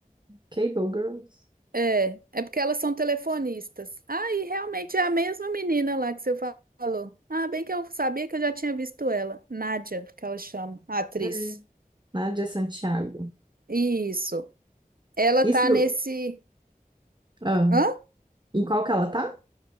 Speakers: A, on the right (about 30°); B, on the right (about 75°).
A: Cable Girls.
B: É, é porque elas são telefonistas. Ah, e realmente é a mesma menina lá que você fa- falou. Ah, bem que eu sabia que eu já tinha visto ela. Nádia, que ela chama, a atriz.
A: É, Nádia Santiago.
B: Isso. Ela
A: Isso.
B: tá nesse,
A: Ah,
B: hã?
A: em qual que ela tá?